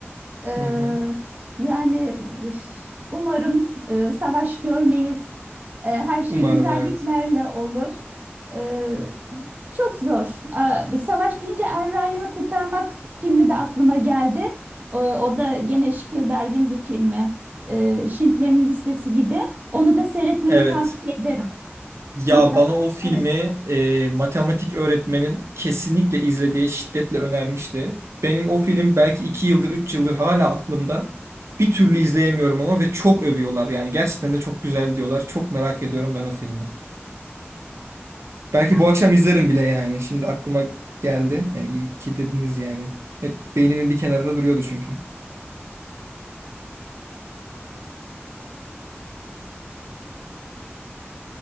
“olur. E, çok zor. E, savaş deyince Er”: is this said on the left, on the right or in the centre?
Right